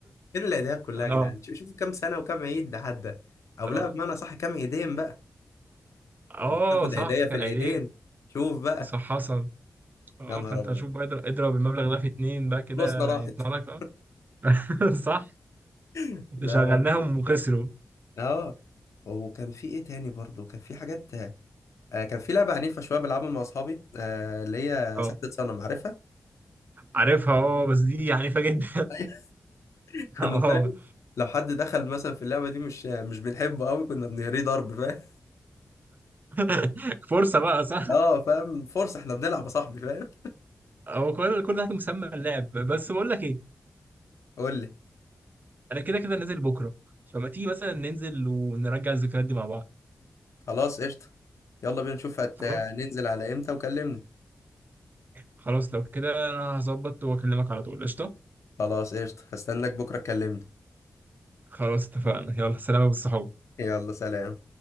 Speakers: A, on the left; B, on the right.
A: فين العيديات كلها
B: اه
A: يا جدعان شوف- شوفوا كام سنة وكام عيد ده عدى او
B: اه
A: لا بمعنى صح كام عيدين بقى
B: آه،
A: لو تاخد
B: صح
A: عيدية
B: كان
A: في العيدين
B: عيدية
A: شوف بقى
B: صح حصل اه
A: يا نهار
B: فانت
A: ابيض
B: شوف بقى اضرب اضرب المبلغ ده في اتنين بقى كده
A: فلوسنا راحت
B: هيطلع
A: <laughs>
B: لك اه <laughs> صح
A: لا
B: شغلناهم
A: لا بجد
B: وخسروا
A: اه وكان في ايه تاني برضه كان في حاجات آه كان في لعبه عنيفه شويه بلعبها مع اصحابي آه اللي هي
B: آه.
A: سحبة صنم عارفها
B: عارفها اه بس دي عنيفة جدا
A: <laughs>
B: <laughs>
A: كنا
B: اه
A: فاهم لو حد دخل مثلا في اللعبه دي مش مش بنحبه قوي كنا بنهريه ضرب فاهم
B: <laughs> فرصة بقى
A: <laughs>
B: صح
A: اه فاهم فرصه احنا بنلعب يا صاحبي فاهم
B: هو كل كل ده تحت مسمى اللعب بس بقول لك ايه
A: قول لي
B: انا كده كده نازل بكرة فما تيجي مثلا ننزل ونرجع الذكريات دي مع بعض
A: خلاص قشطه يلا بينا نشوف هت...
B: خلاص
A: ننزل على امتى وكلمني
B: خلاص لو كده انا هظبط واكلمك على طول قشطة
A: خلاص قشطه هستناك بكره تكلمني
B: خلاص اتفقنا يلا سلام بالصحاب
A: يلا سلام